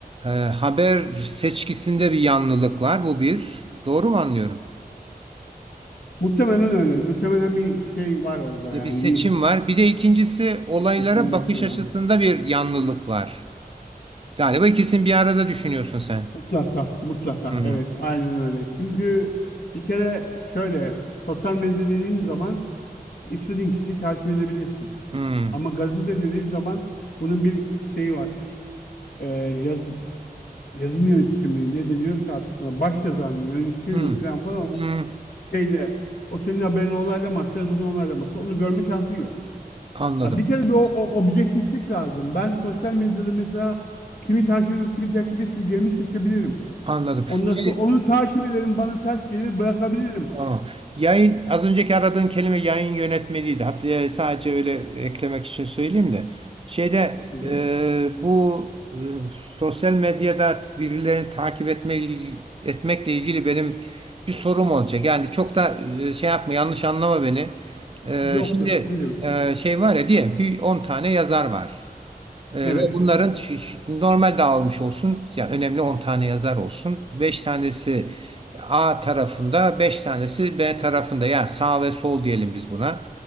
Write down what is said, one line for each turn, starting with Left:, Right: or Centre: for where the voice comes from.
Right: e, haber seçkisinde bir yanlılık var. Bu bir. Doğru mu anlıyorum?
Left: Muhtemelen öyle. Muhtemelen bir şey var orada
Right: Ya
Left: yani
Right: Bir seçim
Left: bir
Right: var. Bir de ikincisi olaylara
Left: bir seçim
Right: bakış
Left: yapıyorlar.
Right: açısında bir yanlılık var. Galiba ikisini bir arada düşünüyorsun sen.
Left: Mutlaka, mutlaka.
Right: Hı hı.
Left: Evet, aynen öyle. Çünkü bir kere şöyle, sosyal medya dediğin zaman istediğin kişiyi takip edebilirsin.
Right: Hı
Left: Ama gazete dediğin zaman bunun bir şeyi var. Ee, yaz, yazım yöneticisi mi ne deniyorsa artık ona, baş yazar mı, yönetici
Right: hı.
Left: mi falan falan o
Right: Hı.
Left: şeyde o senin haberini onaylamazsa, yazını onaylamazsa onu görme şansın yok.
Right: Anladım.
Left: Ya bir kere bir o, o objektiflik lazım. Ben sosyal medyada mesela kimi takip edip kimi takip etmeyeceğimi seçebilirim.
Right: Anladım.
Left: Ondan
Right: Şey,
Left: sonra onu takip ederim. Bana ters gelir bırakabilirim.
Right: Tamam. Yayın az önceki aradığın kelime yayın yönetmeliydi. Hatta e, sadece öyle eklemek için söyleyeyim de. Şeyde
Left: Hı hı.
Right: e, bu e, sosyal medyada birilerini takip etme, etmekle ilgili benim bir sorum olacak. Yani çok da e, şey yapma yanlış anlama beni. E,
Left: Yok
Right: şimdi
Left: yok. Ne demek?
Right: e, şey var ya diyelim ki 10 tane yazar var. Ee,
Left: Evet.
Right: ve bunların şi- şi- normal dağılmış olsun. Yani önemli 10 tane yazar olsun. beş tanesi A tarafında, 5 tanesi B tarafında. Yani sağ ve sol diyelim biz buna.